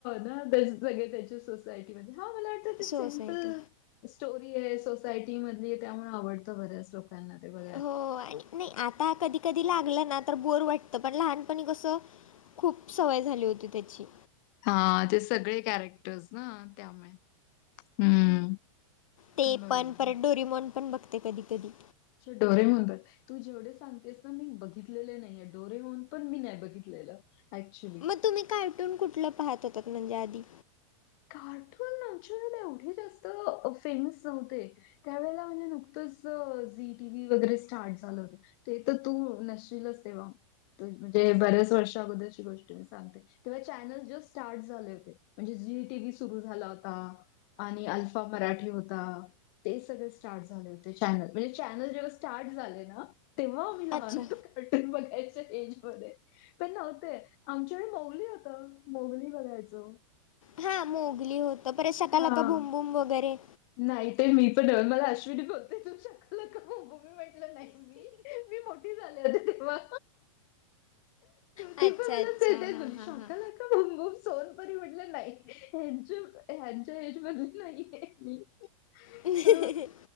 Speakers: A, on the left (about 40°); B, on the left (about 80°).
A: ना त्या सगळे त्याच्या सोसायटीमध्ये हा मला वाटतं ते
B: सोसायटी
A: सिम्पल. स्टोरी आहे सोसायटी मधली, त्यामुळे आवडतं बऱ्याच लोकांना. प ते. <inaudible>
B: हो आणि नाही आता कधी कधी लागलं ना तर बोर वाटत पण लहानपणी कसं. खूप सवय झाली होती त्याची.
A: हा ते सगळे कॅरेक्टर्स ना त्यामुळे हम्म.
B: ते
A: बरोबर.
B: पण परत डोरीमॉन पण बघते कधी कधी.
A: अछा डोरेमॉन म्हनतात, तू जेवढे सांगतेस ना मी बघितलेले नाहीे डोरेमॉन पण मी नाही बघितलेले. अक्चुली.
B: मग तुम्ही कार्टून कुठलं पाहत होतात म्हणजे आधी.
A: कार्टून अॅचुरल एवढे जास्त फेमस नव्हते. त्यावेेळेला म्हणजे नुकतंच झी टी व्ही वगैरे स्टार्ट झालं होत. ते तर तू नशीलच तेव्हा, म्हणजे बऱ्याच वर्षा अगोदर गोष्टी मी- ते्हा चॅनल जस्ट सार्ट झाले होते, म्हणजे झी टी व्ही सुरू झाला होता. आणि अल्फा मराठी होता. ते सगळे स्टार्ट झाले होते चॅनल, म्हणजे चॅनल जेव्हा स्टार्ट झाले ना. तेव्हा मी लहान
B: अच्छा
A: होतो, कार्टून बघायच्या एज मध्ये पण- ते आमच्या वेळी मौली होता मौली बघायचं.
B: हा मोघली होत परत शकालाका
A: हा
B: भूमबूम वगैरे.
A: नाही ते मी पण मला अश्विनी बोलते तू शकालाका बुमबुम म्हटलं नाही. म मी मोठी झाली होते तेव्हा.
B: अच्छा
A: ती पण
B: अच्छा हां
A: मला
B: हां
A: शॉकाला.
B: हां
A: <inaudible> म सोनपरी म्हटलं नाही ह ह्यांच्या एजमधली नाही. मी.
B: ह्.
A: अ,